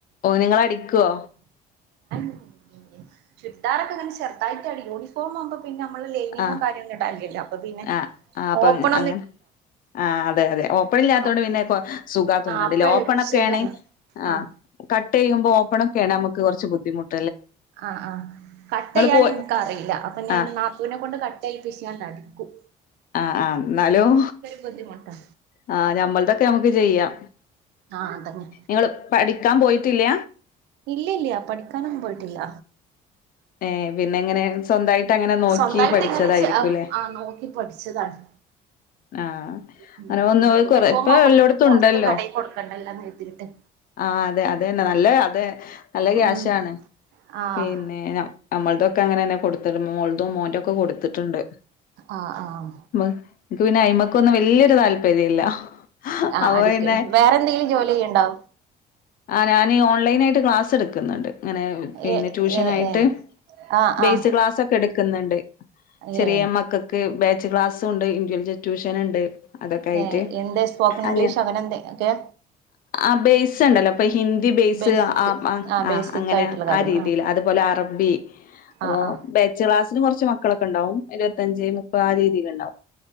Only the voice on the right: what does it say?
ഉം ചുരിദാറക്കിങ്ങനെ ചെറുതായിട്ടടിക്കും യൂണഫോമൊന്നും പിന്നെമ്മളെ ലൈനിങ്ങും
കാര്യന്നും ഇടാല്ലല്ലോ ഓ പിന്നെ <unintelligible>
ആഹ്
അപ്പ
സുഖാണ്
ആഹ്
ആ ആ കട്ടെയ്യാനിന്ക്കറീലാ
അപ്പൊ ഞാന്റെ
നാത്തൂനേകൊണ്ട് കട്ടെയ്പ്പിച്ച് ണ്ടടിക്കും
ബുദ്ധിമുട്ടാ
ആഹ് അതന്നെ
ഇല്ല ല്ല പഠിക്കാനൊന്നും പോയിട്ടില്ല
സ്വന്തായിട്ട്
ഇങ്ങനെ ചെ ആഹ് നോക്കി പഠിച്ചതാണ്
ഉം
പിന്നെ
യൂണിഫോം
ആവുമ്പോ
പിന്നെ പൊറത്ത് കടയിൽ കൊടുക്കണ്ടല്ലോന്ന് കരുതിയിട്ട്
ഉം
ആഹ്
ആഹ് ആഹ്
ആഹ്
അടിക്കലും
വേറെ എന്തെലും ജോല്യയ്യ്ണ്ടോ
ഏ
ഏ ഏ ആഹ്
ആഹ്
ഏ
ഏ എന്ത് സ്പോക്കൺ ഇംഗ്ലീഷ്
അങ്ങനെ എന്തെ ഒക്കെ
ബേസിക്
ആ
ബേസിക്
ആയിട്ടുള്ള കാര്യങ്ങൾ
ആഹ് ആഹ്